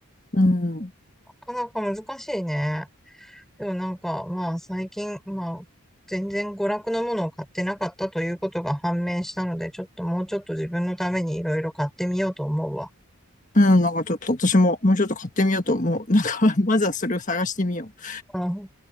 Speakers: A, on the left; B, in the centre.
A: うん。
B: なかなか難しいね。でもなんか、まあ最近、まあ、全然娯楽のものを買ってなかったということが判明したので、ちょっともうちょっと自分のためにいろいろ買ってみようと思うわ。
A: うん、なんかちょっと私ももうちょっと買ってみようと思う。なんか、<laughs> まずはそれを探してみよう。
B: うん